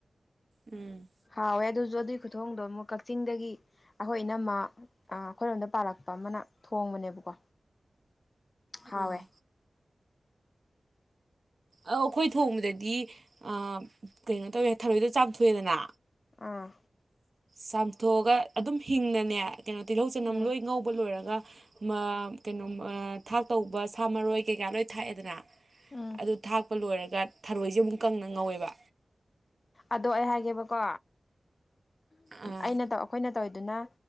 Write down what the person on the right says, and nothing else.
ꯎꯝ
ꯑꯥ ꯑꯧ ꯑꯩꯈꯣꯏ ꯊꯣꯡꯕꯗꯗꯤ ꯑꯥ ꯀꯩꯅꯣ ꯇꯧꯋꯦ ꯊꯔꯣꯏꯗ ꯆꯥꯝꯊꯣꯛꯑꯦꯗꯅ
ꯆꯥꯝꯊꯣꯛꯑꯒ ꯑꯗꯨꯝ ꯍꯤꯡꯅꯅꯦ ꯀꯩꯅꯣ ꯇꯤꯜꯍꯧ ꯆꯅꯝ
ꯂꯣꯏ ꯉꯧꯕ ꯂꯣꯏꯔꯒ ꯀꯩꯅꯣ ꯊꯥꯛ ꯇꯧꯕ ꯁꯥ ꯃꯔꯣꯏ ꯀꯩꯀꯥ ꯂꯣꯏ ꯊꯥꯛꯑꯦꯗꯅ
ꯑꯗꯨ ꯊꯥꯛꯄ ꯂꯣꯏꯔꯒ ꯊꯔꯣꯏꯁꯦ ꯑꯃꯨꯛ ꯀꯪꯅ ꯉꯧꯋꯦꯕ
ꯑꯥ